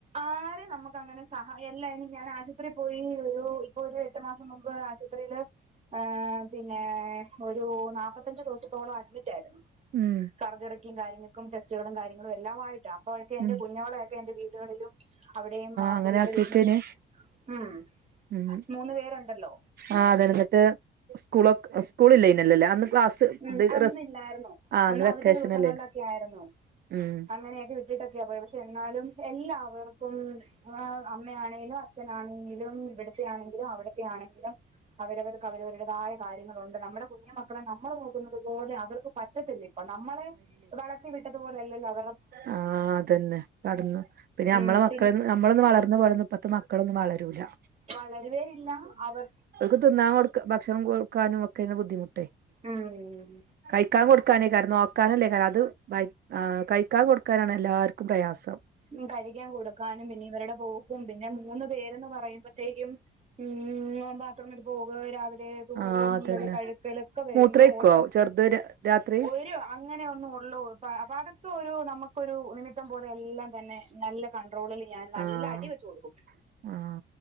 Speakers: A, on the right (about 35°); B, on the right (about 55°).
A: ആരേം നമ്മക്ക് അങ്ങനെ സഹാ എല്ല ഇനി ഞാൻ ആശുപത്രി പോയി ഒരു ഇപ്പൊ ഒരു എട്ട് മാസം മുമ്പ് ആശു ത്രില്, ഏ പിന്നേ ഒരൂ നാപത്തഞ്ച് ദുവ്സത്തോളം അഡ്മിറ്റായിരുന്നു.
B: ഉം
A: സർജറിക്കും കാര്യങ്ങൾക്കും ടെസ്റ്റുകളും കാര്യങ്ങളും എല്ലാ ആയിട്ടാ അപ്പോഴൊക്കെ എൻ്റെ
B: ഉം
A: കുഞ്ഞോളേയൊക്കെ എന്റെ വീട്ടുക്കാരെല്ലാം അവിടെയും ആ
B: അങ്ങനെ
A: പുള്ളിയുടെ
B: ആക്കിക്കേന്
A: വീടിന്ന് ഉം,
B: ഉം
A: മൂന്ന് പേരുണ്ടല്ലോ.
B: ആ അതന്നെ ന്നിട്ട് സ്കൂളൊക്കെ സ്കൂൾ ഇല്ലയ്ഞ്ഞല്ലല്ലേ അന്ന് ക്ലാസ്
A: ഉം
B: ഇത്
A: അന്നില്ലായിരുന്നു
B: റെസ് ആ
A: അന്ന് അവധി
B: വെക്കേഷൻ
A: ദിവസങ്ങളിലൊക്കെയിരുന്നു
B: അല്ലേനു ഉം
A: അങ്ങനെയൊക്കെ വിട്ടിട്ടൊക്കെയാ പോയെ, പഷെ എന്നാലും എല്ലാവർക്കും ആഹ്, അമ്മയാണെലും അച്ഛനാണെങ്കിലും ഇവിടുത്തെയാണെങ്കിലും അവടെ യാണെങ്കിലും അവരവര്ക്ക് അവരവര്ടേതായ കാര്യങ്ങളൊണ്ട്. നമ്മടെ കുഞ്ഞു മക്കളെ ന <unintelligible> നമ്മള് നോക്കുന്നത് പോലെ അവർക്ക് പറ്റത്തില്ല ഇപ്പം. നമ്മളെ വളർത്തി വിട്ടതു പോലെ അല്ലല്ലോ അ
B: ആഹ്, അതന്നെ. കടന്നോ? പിന്നെ ഞമ്മളെ
A: ഉം
B: മക്കളെ
A: പിന്നെ
B: ന്ന് ഞമ്മളൊന്നും വളർന്ന പോലൊന്നും പ്പത്തെ മക്കളൊന്നും വളരൂലാ.
A: വളരുവേയില്ലാ, അവർ
B: അവല്ക്ക് തിന്നാൻ കൊടുക്കാ ഭക്ഷണം കൊട്ക്കാനും ഒക്കെണ് ബുദ്ധിമുട്ടേയ്.
A: ആ ആഹ് ഉം
B: കയിക്കാൻ കൊട്ക്കാനേയ്ക്കാരം നോക്കാനല്ലേകാരം അത് വയി ആ കയിക്കാൻ കൊട്ക്കാനാണ് എല്ലാര്ക്കും പ്രയാസം.
A: ഉം, കഴിയ്ക്കാൻ കൊടുക്കാനും, പിന്നെ ഇവര്ടെ പോക്കും, പിന്നെ മൂന്ന് പേരെന്ന് പറയുമ്പൊത്തേയ്ക്കും ഉം ബാത്റൂമിൽ പോവുക രാവിലെ തൂറലും
B: ആഹ്
A: മുള്ളലും
B: അതന്നെ
A: കഴ്ക്കലൊക്കെ വരുമ്പം
B: മൂത്രയ്ക്കോ
A: ഓട്ടം,
B: ചെറുത് രാത്രി
A: ഓരോ അങ്ങനെ ഒന്നും ഒള്ള ഒ പ അപാദത്ത് ഒരു നമക്കൊരു നിമിത്തം പോലെ എല്ലാം തന്നെ നല്ല കൺട്രോള്‌ല് ഞാൻ നല്ല
B: ആഹ്
A: അടി വെച്ചു കൊട്ക്കും.
B: ആഹ്